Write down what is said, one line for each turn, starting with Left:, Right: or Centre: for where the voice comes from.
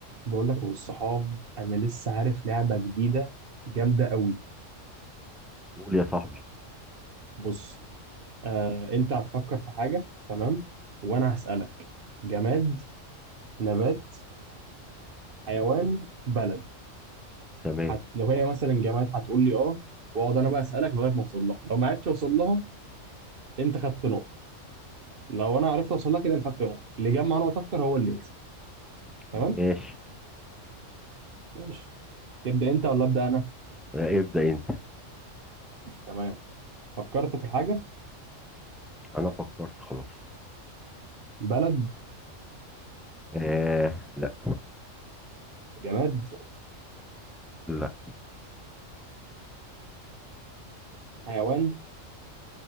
Right: بقول لك والصحاب انا لسه عارف لعبه جديده جامده قوي
Centre: قول يا صاحبي
Right: بص آه انت هتفكر في حاجه تمام وانا هسالك جماد نبات حيوان بلد
Centre: تمام
Right: هت... لو هي مثلا جماد هتقول لي اه واقعد انا بقى اسالك لغايه ما اوصل لها لو ما عرفتش اوصل لها انت خدت نقطه لو انا عرفت اوصل لها كده انا خدت نقطه اللي جمع نقط اكتر هو اللي يكسب تمام
Centre: ماشي
Right: ماشي تبدا انت ولا ابدا انا
Centre: آه، ابدأ انت
Right: تمام فكرت في الحاجه
Centre: انا فكرت خلاص
Right: بلد
Centre: آه لا
Right: جماد
Centre: لا
Right: حيوان